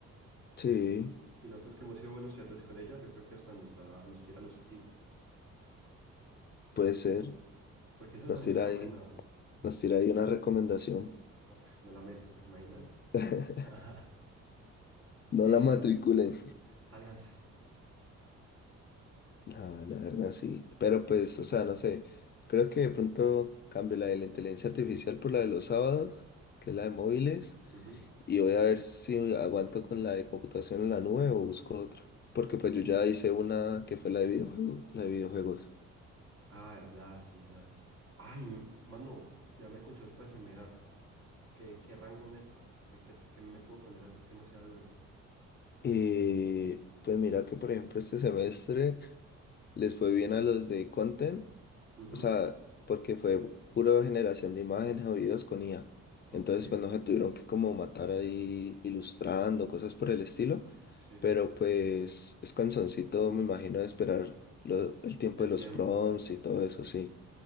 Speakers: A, on the left (about 35°); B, on the right (about 80°).
A: Sí,
B: Y nosotros que hemos sido buenos estudiantes con ella, yo creo que hasta nos da, nos tira los tips.
A: puede ser.
B: Porque esa
A: Nos
B: también
A: tira
B: suena
A: ahí,
B: buena.
A: nos tira ahí una recomendación.
B: Ah, <laughs> No la metan, ¿te imaginas?
A: <laughs>
B: <laughs>
A: No
B: Eh,
A: la
B: mano.
A: matriculen.
B: Sálganse.
A: No, la verdad sí. Pero pues, o sea, no sé. Creo que de pronto cambio la de la inteligencia artificial por la de los sábados, que es la de móviles.
B: Ujú.
A: Y voy a ver si aguanto con la de computación en la nube o busco otra. Porque pues yo ya hice una que fue la de videojuegos, la de videojuegos.
B: Ah, verdad, sí, sas. Ay, m- mano, tirame consejos para SMA. ¿Qué, qué rango meto? ¿Qué, qué, qué me puedo poner a hacer que no sea duro?
A: Y pues mira que por ejemplo este semestre les fue bien a los de content
B: Ujú.
A: O sea, porque fue puro generación de imágenes o videos con IA.
B: Ok,
A: Entonces, pues no se tuvieron que como matar ahí ilustrando, cosas por el estilo.
B: sí.
A: Pero pues es cansoncito, me imagino, de esperar lo- el tiempo
B: El
A: de los
B: tiempo.
A: prompts y todo eso, sí.